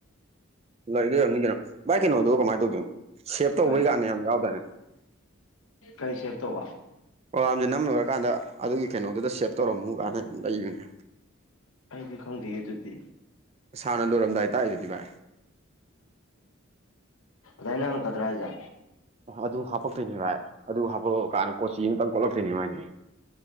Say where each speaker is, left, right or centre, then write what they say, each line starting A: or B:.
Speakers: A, on the right; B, on the left.
A: ꯂꯗ ꯌꯥꯔꯅꯤ ꯀ ꯚꯥꯏ ꯀꯩꯅꯣꯗ ꯀꯃꯥꯏꯅ ꯇꯧꯗꯣꯏꯅꯣ ꯁꯦꯞ ꯇꯧꯕꯩ
B: ꯀꯩ
A: ꯀꯥꯟꯅꯤ ꯌꯥꯝ ꯌꯥꯎꯗꯅꯦ
B: ꯀꯩ ꯁꯦꯞ ꯇꯧꯕ
A: ꯑꯣ ꯁꯦ ꯅꯝ ꯂꯣꯏꯔꯀꯥꯟꯗ ꯑꯗꯨꯒꯤ ꯀꯩꯅꯣꯗꯨꯗ ꯁꯦꯞ ꯇꯧꯔꯝꯃꯨ ꯀꯗ ꯂꯩꯕꯅꯦ
B: ꯑꯩꯗꯤ ꯈꯪꯗꯦ ꯑꯗꯨꯗꯤ
A: ꯁꯥꯥꯟꯅ ꯂꯣꯏꯔꯝꯗꯥꯏ ꯇꯥꯛꯏ ꯑꯗꯨꯗꯤ ꯚꯥꯏ
B: ꯀꯅ ꯈꯜ ꯀꯗ꯭ꯔ ꯍꯥꯏꯖ
A: ꯑꯣ ꯑꯗꯨ ꯍꯥꯄꯛꯇꯣꯏꯅꯤ ꯚꯥꯏ ꯑꯗꯨ ꯍꯥꯞꯄꯛꯑ ꯀꯥꯟꯗ ꯀꯣꯆꯤ ꯑꯃꯇꯪ ꯀꯣꯠꯂꯛꯇꯣꯏꯅꯤ ꯃꯣꯏꯗꯤ